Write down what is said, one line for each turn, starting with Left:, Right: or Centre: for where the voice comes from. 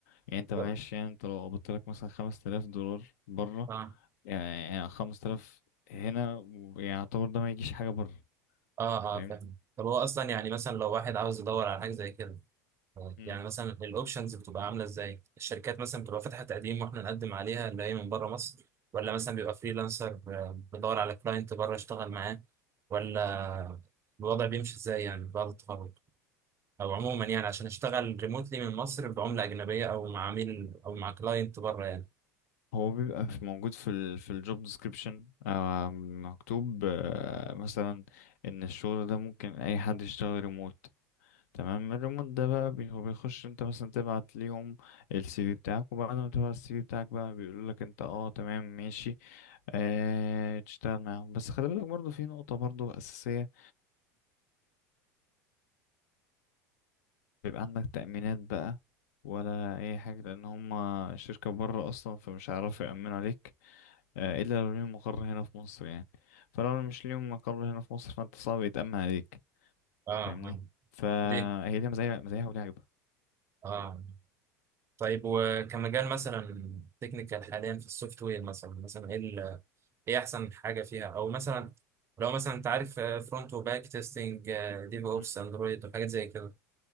Left: يعني انت
Right: طب
Left: معلش يعني انت لو قبضت لك مثلا 5000 دولار بره
Right: اه
Left: يعني 5000 هنا يعتبر ده ما يجيش حاجة بره
Right: اه
Left: فاهمني؟
Right: اه فاهم طب هو أصلا يعني مثلا لو واحد عاوز يدور على حاجة زي كده آه،
Left: مم.
Right: يعني مثلا الأوبشنز بتبقى عاملة إزاي؟ الشركات مثلا بتبقى فاتحة تقديم وإحنا نقدم عليها اللي هي من بره مصر ولا مثلا بيبقى فريلانسر آه، بيدور على كلاينت بره يشتغل معاه ولا الوضع بيمشي إزاي يعني بعد التخرج؟ أو عموما يعني عشان أشتغل ريموتلي من مصر بعملة أجنبية أو مع عميل أو مع كلاينت بره يعني
Left: هو بيبقى في موجود في ال في الجوب ديسكريبشن مكتوب آه، مثلا ان الشغل ده ممكن اي حد يشتغل ريموت تمام الريموت ده بقى بي- هو بيخش انت مثلا تبعت ليهم السي في بتاعك وبعد ما تبعت السي في بتاعك بقى بيقول لك انت اه تمام ماشي آه تشتغل معاهم بس خلي بالك برضو في نقطة برضو أساسية بيبقى عندك تأمينات بقى ولا اي حاجة لان هما شركة بره اصلا فمش هيعرفوا يأمنوا عليك آه، الا لو ليهم مقر هنا في مصر يعني فلو مش ليهم مقر هنا في مصر فانت صعب يتأمن عليك
Right: اه
Left: فاهمني
Right: اه
Left: فهي
Right: دي
Left: ليها مزايا مزايا وليها عيوبها
Right: اه طيب وكمجال مثلا تكنيكال حاليا في السوفت وير مثلا مثلا ايه ال- ايه احسن حاجه فيها او مثلا لو مثلا انت عارف فرونت وباك تيستنج ديف اوبس
Left: مم.
Right: اندرويد وحاجات زي كده